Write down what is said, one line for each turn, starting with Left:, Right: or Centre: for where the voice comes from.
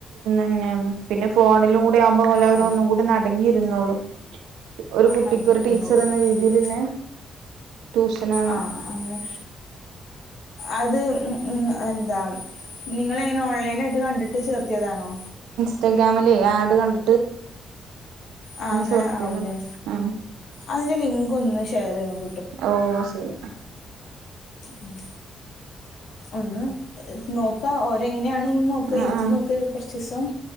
Right: പിന്നെയാണ് പിന്നെ ഫോണിലും കൂടെ ആവുമ്പോ എല്ലാവരും
Left: ആ
Right: ഒന്നും കൂടി ഒന്ന് അടങ്ങിയിരുന്നോളും ഒരു കുട്ടിക്ക്
Left: അടങ്ങിയിരുന്നോളും
Right: ഒരു ടീച്ചർ എന്ന രീതിയിലുള്ള
Left: ശരി
Right: ട്യൂഷനാണ്
Left: ആ അങ്ങനെ അത് എന്താ നിങ്ങള് എങ്ങനാ ഓൺലൈനായിട്ട് കണ്ടി ട്ട് ചേർത്തിയതാണോ
Right: ഇൻസ്റ്റഗ്രാമില് ആഡ് കണ്ട
Left: ആ അങ്ങനെ
Right: ചേർത്തിയതാ
Left: ആവൂല്ലേ
Right: ആഹ്
Left: അതിന്റെ ലിങ്ക് ഒന്ന് ഷെയർ ചെയ്തോണ്ട്
Right: ഓ ശെരി
Left: ഉം ഒന്ന് നോ ക്കാം ഓരെങ്ങനെയാണെന്ന് നോക്കാം
Right: ആഹ്
Left: ഇരുത്തി
Right: ആഹ്
Left: നോക്കാം കുറച്ച് ദിവസം